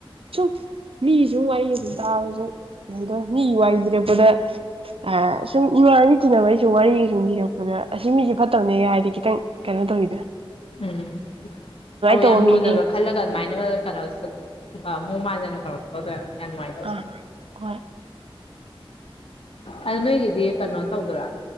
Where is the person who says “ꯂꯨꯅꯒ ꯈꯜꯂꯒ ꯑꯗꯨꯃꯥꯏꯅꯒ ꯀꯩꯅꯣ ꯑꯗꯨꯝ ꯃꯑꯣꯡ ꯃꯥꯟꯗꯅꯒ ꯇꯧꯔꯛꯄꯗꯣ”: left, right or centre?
Left